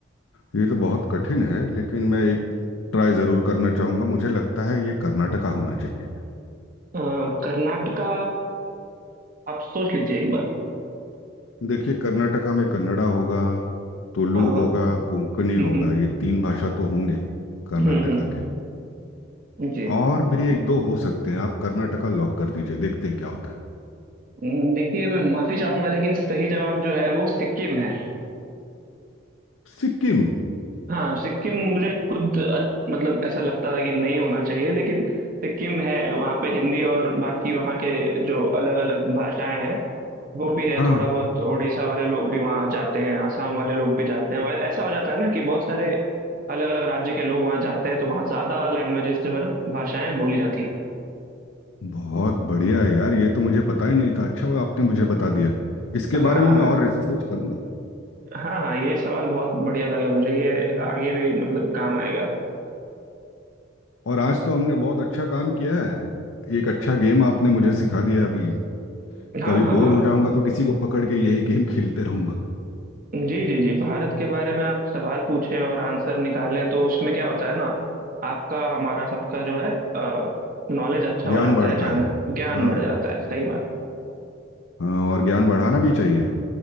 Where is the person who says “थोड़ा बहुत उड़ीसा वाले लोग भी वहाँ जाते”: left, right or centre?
Right